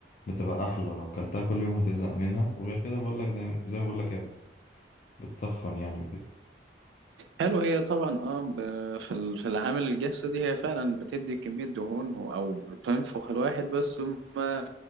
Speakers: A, on the left (about 45°); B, on the right (about 90°).
A: بتبقى أحلى لو كلتها كل يوم هتزهق منها وغير كده بقولك زي زي ما بقولك هي بت- بتتخن يعني وكده
B: حلو هي طبعا اه ب- في ال- في العامل الجسدي هي فعلا بتدي كمية دهون و- او بتنفخ الواحد بس ما